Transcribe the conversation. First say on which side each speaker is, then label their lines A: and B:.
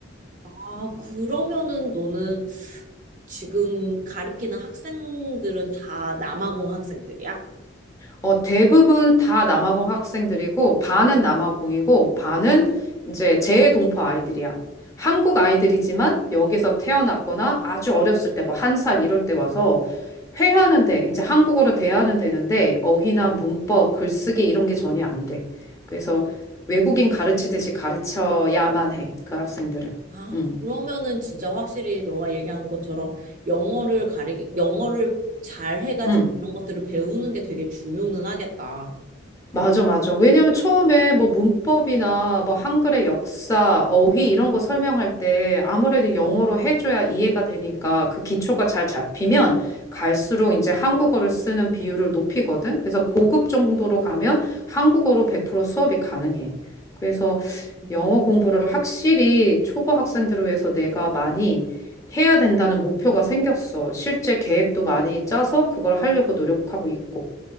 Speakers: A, on the right; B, on the left.
A: 아, 그러면은 너는 지금 가리키는 학생들은 다 남아공 학생들이야?
B: 어, 대부분 다 남아공 학생들이고, 반은 남아공이고, 반은 이제 재외동포 아이들이야. 한국 아이들이지만 여기서 태어났거나 아주 어렸을 때, 뭐 한 살 이럴 때 와서 회하는 데, 이제 한국어로 대하는 데는데, 어휘나 문법, 글쓰기 이런 게 전혀 안 돼. 그래서 외국인 가르치듯이 가르쳐야만 해, 그 학생들을.
A: 아,
B: 응,
A: 그러면은 진짜 확실히 너가 얘기하는 것처럼 영어를 가리, 영어를 잘 해가지고
B: 응.
A: 이런 것들을 배우는 게 되게 중요는 하겠다.
B: 맞아, 맞아. 왜냐면 처음에 뭐 문법이나 뭐 한글의 역사, 어휘 이런 거 설명할 때 아무래도 영어로 해줘야 이해가 되니까 그 기초가 잘 잡히면 갈수록 이제 한국어를 쓰는 비율을 높이거든. 그래서 고급 정도로 가면 한국어로 100% 수업이 가능해. 그래서
A: 어,
B: 영어 공부를 확실히 초보 학생들을 위해서 내가 많이 해야 된다는 목표가 생겼어. 실제 계획도 많이 짜서 그걸 하려고 노력하고 있고.